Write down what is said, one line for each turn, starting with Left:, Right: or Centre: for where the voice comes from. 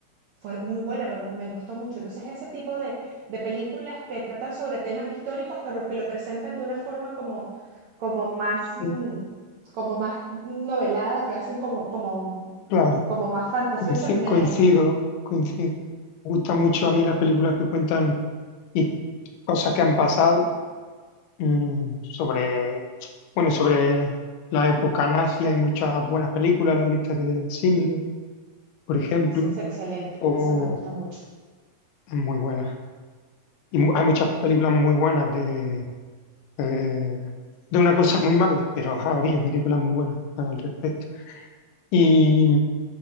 Right: fue muy buena, me, me gustó mucho. Entonces, ese tipo de, de películas que tratan sobre temas históricos, pero que lo presentan de una forma como, como más, mm,
Left: sí.
Right: como más novelada, que hacen como, como,
Left: Claro,
Right: como más fantasiosa,
Left: coinci-
Right: me,
Left: coincido, coincido. Me gustan mucho a mí las películas que cuentan y cosas que han pasado mm, sobre, bueno, sobre la época nazi. Hay muchas buenas películas, la lista de Schindler, por ejemplo,
Right: esa es excelente,
Left: o
Right: esa me gusta mucho.
Left: muy buenas. Y mu- hay muchas películas muy buenas de, eh, de una cosa muy mala, pero ha habido películas muy buenas al respecto. Y,